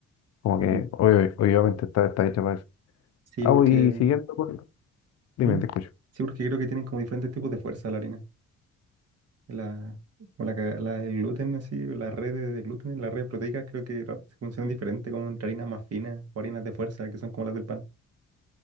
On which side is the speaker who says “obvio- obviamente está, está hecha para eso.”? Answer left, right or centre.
Left